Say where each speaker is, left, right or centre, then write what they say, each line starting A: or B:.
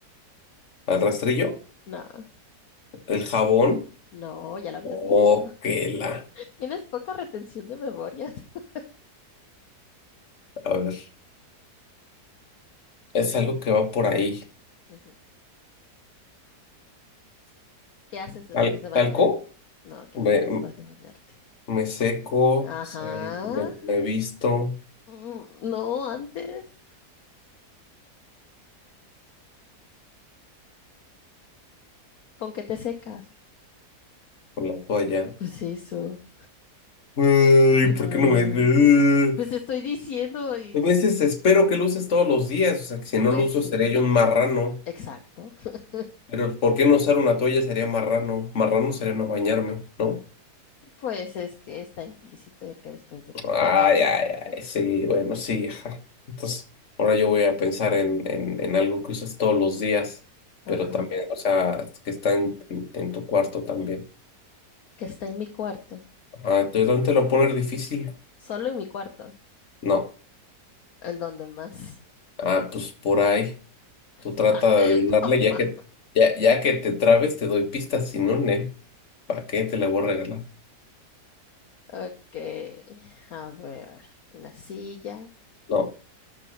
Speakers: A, on the left; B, on the left.
A: ¿Al rastrillo?
B: No,
A: ¿El jabón?
B: no, ya lo habías
A: Oh,
B: dicho.
A: que la.
B: Tienes poca retención de memorias. <laughs>
A: A ver, es algo que va por ahí.
B: Ujú. ¿Qué haces después
A: ¿Tal-
B: de bañarte?
A: ¿Talco?
B: No, ¿qué
A: Me,
B: haces después de bañarte?
A: me seco,
B: Ajá.
A: sal- me, me visto
B: Mm, No, antes. ¿Con qué te secas?
A: con la toalla.
B: Pues eso.
A: Ay, ¿por
B: Ah,
A: qué no me... No
B: Pues te estoy diciendo y
A: me
B: tú.
A: dices, espero que lo uses todos los días, o sea, que si no
B: Pues
A: lo uso
B: sí,
A: seré yo un marrano.
B: exacto. <laughs>
A: Pero ¿por qué no usar una toalla sería marrano? Marrano sería no bañarme, ¿no?
B: Pues es que está implícito en que después de que
A: Ay,
B: te bañes
A: ay,
B: te seques.
A: ay, sí, bueno, sí, ajá. Entonces, ahora yo voy a pensar en, en, en algo que usas todos los días,
B: Ajá.
A: pero también, o sea, que está en, en- en tu cuarto también.
B: Que está en mi cuarto.
A: Ah, ¿tú dónde te lo poner difícil?
B: Solo en mi cuarto.
A: No.
B: ¿En dónde más?
A: Ah, pues por ahí.
B: <laughs>
A: Tú trata de adivinarle,
B: No
A: ya
B: más.
A: que, ya, ya que te trabes, te doy pistas, si no, ne, ¿para qué te la voy a regalar?
B: Ok, a ver, una silla,
A: No.